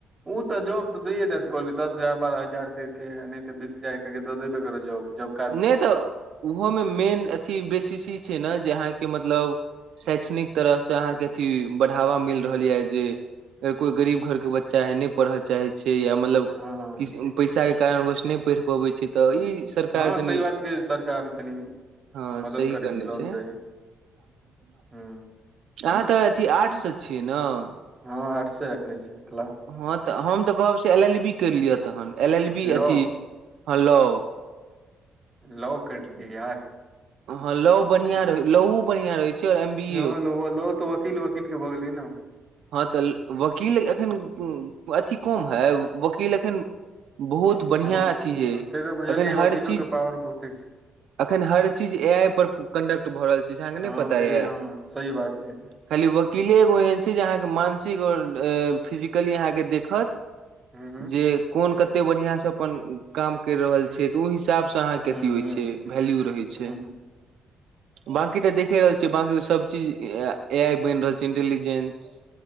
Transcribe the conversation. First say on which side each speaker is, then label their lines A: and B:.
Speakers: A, on the right; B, on the right.
A: ओ तऽ जॉब तऽ दैए देत कहलै दस हजार बारह हजार करके नहि तऽ बीस हजार केतऽ देबे करतै जॉब जब
B: नहि तऽ ओहोमे मेन अथी बेसिस ई छै। ने जे अहाँके मतलब शैक्षणिक तरहसँ अहाँके अथी बढ़ावा मिल रहल यए जे अ कोई गरीब घर के बच्चा हय न पढ़त चाह छै य मतलब
A: हँ हँ
B: पेइसा कारण नय पढ़ि पबै छै तऽ ई सर
A: हँ सही
B: कनि
A: बात के सरकार कनि
B: हँ
A: मदद
B: सही
A: करै
B: कहने
A: लोन
B: छै
A: दै
B: अहाँ
A: हूँ
B: तऽ अथि आर्ट स छियय न
A: हँ आर्ट्स रखने छी कला
B: हँ तऽ हम तऽ कहब से एल एल बी करि लिअ तहन एल एल बी
A: लॉ
B: अथी हँ लो
A: लौ करलियै यार
B: हँ लौ बढ़िया रहै लौउ बढ़िया रहै छै और एम बी
A: ह
B: ए ओ
A: लो तऽ वकील वकील के भऽ गेलै ने
B: हँ तऽ वकील एखन अथी कम है वकील एखन बहुत बढ़िआँ
A: हँ
B: अथी हैयै
A: से तऽ बुझलियै
B: एखन हर
A: वकीलो
B: चीज
A: के पावर बहुते छै
B: अखन हर चीज ए आई पर कंडक्ट भऽ रहल छै से अहके नहि
A: हँ
B: पता
A: ते
B: ये
A: हँ सही बात छै
B: खाली वकीले एगो एहन छै जे अहाँके मानसिक आ और फिजिकली अहाँके देखत
A: हूँ हूँ
B: जे कोन कते बढ़िआँ से अपन काम करि रहल छै ऊ हिसाब स अहाँके
A: हूँ
B: अथी होइ
A: हूँ
B: छै वैल्यू रहै छै
A: हूँ
B: बाकी तऽ देखे रहल छियै बाकी सब चीज ए आई बनि रहल छै इंटेलिजेंस